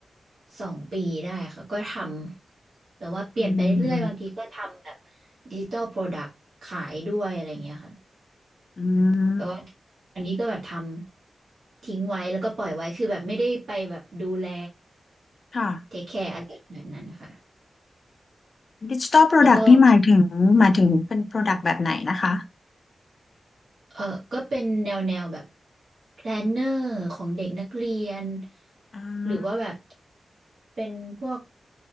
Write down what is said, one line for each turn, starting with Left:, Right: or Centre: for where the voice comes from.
Right: สองปีได้ค่ะก็ทำแบบว่าเปลี่ยนไปเรื่อยๆบางทีก็ทำแบบ
Left: อืม
Right: ดิจิ t a ลโปรดักต์ขายด้วยอะไรอย่างเงี้ยค่ะ
Left: อืม
Right: แต่ว่าอันนี้ก็แบบทำ ทิ้งไว้แล้วก็ปล่อยไว้คือแบบไม่ได้ไปแบบดูแล
Left: ค่ะ
Right: เทคแคร์อะไรขนาดนั้นค่ะ
Left: ดิจิ t a ลโปรดักต์นี่หมายถึงหมายถึงเป็นโปรดักต์แบบไหนนะคะ
Right: แล้วก็เออก็เป็นแนวแนวแบบแพลนเนอร์ของเด็กนักเรียน
Left: อื
Right: หรือว่าแบบ
Left: ม
Right: เป็นพวก